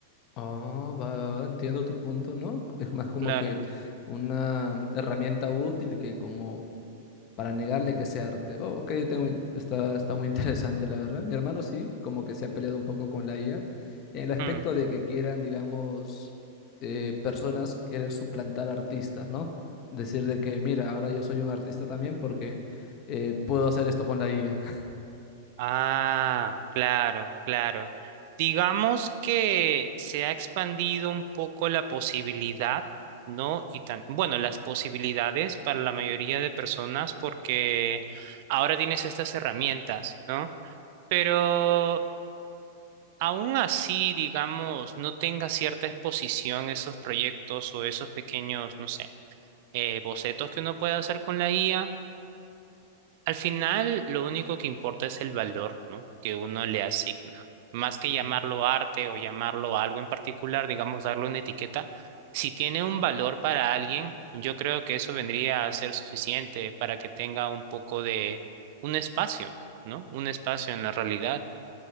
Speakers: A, on the left; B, on the right.
A: Oh, va, va, va, entiendo tu punto, ¿no? Es más como
B: Claro.
A: que una herramienta útil que como para negarle que sea arte. Oh, ok, tengo in- está, está muy <laughs> interesante, la verdad. Mi hermano sí, como que se ha peleado un poco con la IA, en el aspecto
B: Mm.
A: de que quieran, digamos, eh, personas querer suplantar artistas, ¿no? Decir de que, mira, ahora yo soy un artista también porque eh, puedo hacer esto con la IA.
B: Ah, claro, claro. Digamos que se ha expandido un poco la posibilidad, ¿no? Y tam- bueno, las posibilidades para la mayoría de personas porque ahora tienes estas herramientas, ¿no? Pero aún así, digamos, no tenga cierta exposición esos proyectos o esos pequeños, no sé, eh, bocetos que uno puede hacer con la IA. Al final, lo único que importa es el valor, ¿no? que uno le asigna. Más que
A: <laughs>
B: llamarlo arte o llamarlo algo en particular, digamos, darle una etiqueta, si tiene un valor para alguien, yo creo que eso vendría a ser suficiente para que tenga un poco de un espacio, ¿no? Un espacio en la realidad.